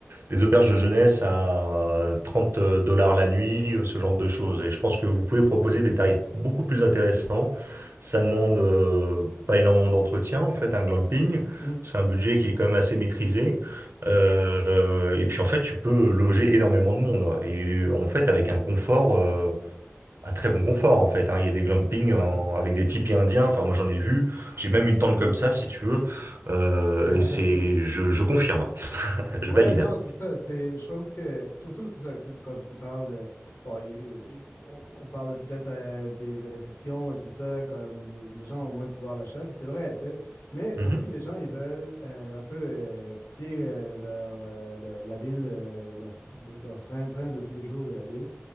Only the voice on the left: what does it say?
mhm.
Ouais.
<laughs>
Ouais,
non, c'est ça. C'est, je pense que, surtout, c'est ça, tu sais, comme tu parles de, bon, il- il- il- on, on parle de peut-être euh, des, des récessions et tout ça, comme les, les gens ont moins de pouvoir d'achat, puis c'est vrai, tu sais. Mais
aussi, les gens, ils veulent euh, un peu euh, quitter euh, leur, euh, le- la ville, euh, leur, de- leur train-train de tous les jours de la ville